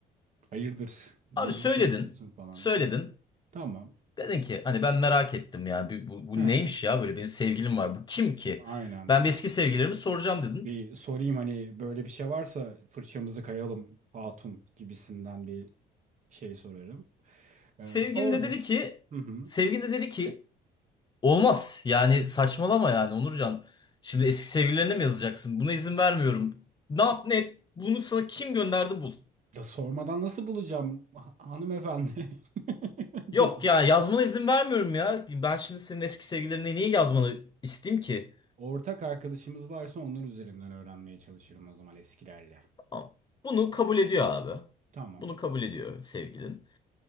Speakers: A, on the right; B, on the left.
A: Hayırdır? Niye
B: Abi söyledin.
A: mesaj yapıyorsun falan.
B: Söyledin.
A: Yani tamam.
B: Dedin ki hani ben merak ettim ya. Bir- Bu, bu
A: Hı
B: neymiş
A: hı.
B: ya böyle benim sevgilim var. Bu kim ki?
A: Aynen.
B: Ben bir eski sevgililerimi soracağım dedin.
A: Bir sorayım hani böyle bir şey varsa fırçamızı kayalım hatun gibisinden bir şeyi sorarım. Ee,
B: Sevgilin
A: sordum.
B: de dedi ki
A: Hı hı.
B: sevgilin de dedi ki olmaz. Yani saçmalama yani Onurcan. Şimdi eski sevgililerine mi yazacaksın? Buna izin vermiyorum. Ne yap ne et. Bunu sana kim gönderdi bul.
A: Ya sormadan nasıl bulacağım ha- hanımefendi <laughs> dedim.
B: Yok ya yazmana izin vermiyorum ya. Ben şimdi senin eski sevgililerine niye yazmanı isteyeyim ki?
A: Ortak arkadaşımız varsa onlar üzerinden öğrenmeye çalışırım o zaman eskilerle.
B: Tamam. Bunu kabul ediyor abi.
A: Tamam.
B: Bunu kabul ediyor sevgilin.